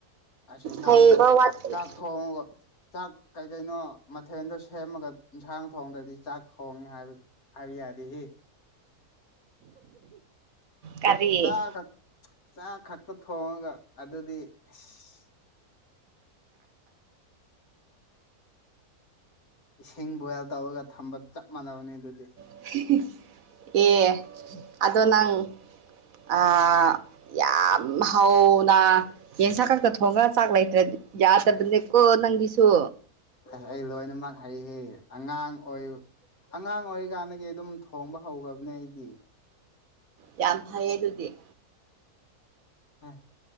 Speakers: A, on the left; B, on the right.
A: ꯑꯁ ꯏꯟꯁꯥꯡ
B: ꯍꯩꯕ
A: ꯊꯣ
B: ꯋꯥꯠꯄꯅꯦ
A: ꯆꯥꯛ ꯊꯣꯡꯕ ꯆꯥꯛ ꯀꯩ ꯀꯩꯅꯣ ꯃꯊꯦꯜꯗꯣ ꯁꯦꯝꯃꯒ ꯏꯟꯁꯥꯡ ꯊꯣꯡꯗ꯭ꯔꯗꯤ ꯆꯥꯛ ꯊꯣꯡꯉꯦ ꯍꯥꯏꯕ ꯍꯥꯏꯕ ꯌꯥꯗꯦꯍꯦ
B: ꯀꯔꯤ
A: ꯆꯥ ꯈꯛ ꯆꯥ ꯈꯛꯇ ꯊꯣꯡꯉꯒ ꯑꯗꯨꯗꯤ ꯑꯩꯁ ꯏꯁꯤꯡ ꯕꯣꯏꯜ ꯇꯧꯔꯒ ꯊꯝꯕ ꯆꯞ ꯃꯥꯟꯅꯕꯅꯦ ꯑꯗꯨꯗꯤ
B: <unintelligible> ꯑꯦ ꯑꯗꯣ ꯅꯪ ꯑ ꯌꯥꯝ ꯍꯥꯎ ꯗ ꯌꯦꯟꯁꯥꯡ ꯈꯛꯇ ꯊꯣꯡꯔ ꯆꯥꯛ ꯂꯩꯇ꯭ꯔꯗꯤ ꯌꯥꯗꯕꯅꯦꯀꯣ ꯅꯪꯒꯤꯁꯨ
A: ꯑꯍꯩ ꯂꯣꯏꯅꯃꯛ ꯍꯩꯍꯦ ꯑꯉꯥꯡ ꯑꯣꯏꯌꯨ ꯑꯉꯥꯡ ꯑꯣꯏꯔꯤꯀꯥꯟꯗꯒꯤ ꯑꯗꯨꯝ ꯊꯣꯡꯕ ꯍꯧꯒ꯭ꯔꯕꯅꯦ ꯑꯩꯗꯤ
B: ꯌꯥꯝ ꯐꯩꯌꯦ ꯑꯗꯨꯗꯤ
A: ꯑꯦ